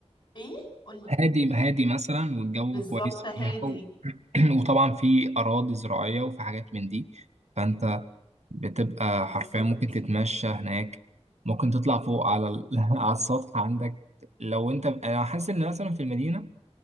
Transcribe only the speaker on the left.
ايه قولي
بالظبط
هادي
بالظبط